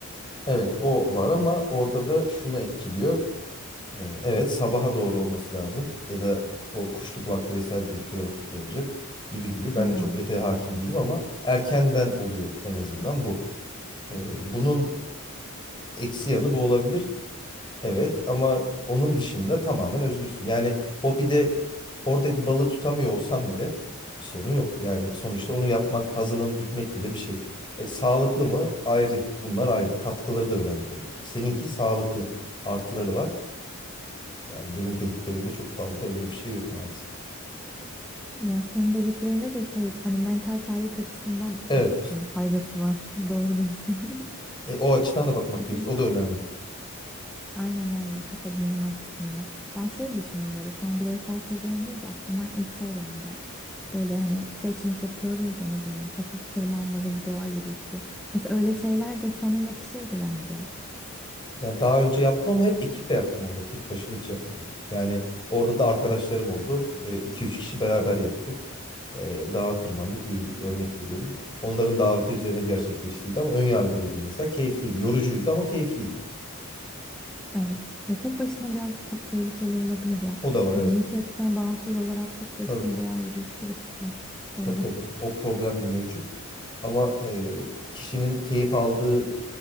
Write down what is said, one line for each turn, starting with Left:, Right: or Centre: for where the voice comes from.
Left: Evet o var ama orada da şunu etkiliyor. Ee, Evet, sabaha doğru olması lazım ya da o kuşluk vakti vesaire dedikleri vakitte olacak gibi gibi. Ben
Centre: Ya.
Left: de çok detaya hakim değilim ama erkenden oluyor en azından bu. Ee, bunun eksi yanı bu olabilir. Evet ama onun dışında tamamen özgürsün. Yani hobide oradaki balığı tutamıyor olsam bile bir sorun yok. Yani sonuçta onu yapmak, hazırlanıp gitmek bile bir şey. E, sağlıklı mı? Ayrı. Bunlar ayrı. Katkıları da önemli tabii ki. Seninki sağlıklı. Artıları var. Yani benim dediklerimde çok fazla öyle bir şey yok maalesef.
Centre: Ya senin dediklerine de şey hani mental sağlık açısından
Left: Evet.
Centre: çok e, faydası var. Doğru diyorsun. <laughs>
Left: E, o açıdan da bakmak
Centre: Acı.
Left: gerekiyor. O da önemli.
Centre: Aynen öyle kafa dinleme açısından. Ben şey düşündüm böyle sen bireysel seviyorum deyince aklıma ilk şey geldi. Böyle hani trekking yapıyoruz ya ne bileyim hafif tırmanmalı bir doğa yürüyüşü. Mesela öyle şeyler de sana yakışırdı bence.
Left: Yani daha önce yaptım ama hep ekiple yaptım onu da. Tek başıma hiç yapmadım. Yani orada da arkadaşlarım oldu. 2 üç kişi beraber yaptık. E, dağa tırmandık, yürüdük. Örnek veriyorum. Onların daveti üzerine gerçekleştirildi ama ön yargılıydım mesela. Keyifliydi. Yorucuydu ama keyifliydi.
Centre: Evet. Ya tek başına biraz tabii tehlikeli olabilir ya.
Left: O da var
Centre: Hani
Left: evet.
Centre: cinsiyetten bağımsız olarak tek başına
Left: Tabii.
Centre: doğa yürüyüşü riskli. Doğru.
Left: Tabii tabii. O problem de mevcut. Ama e, kişinin keyif aldığı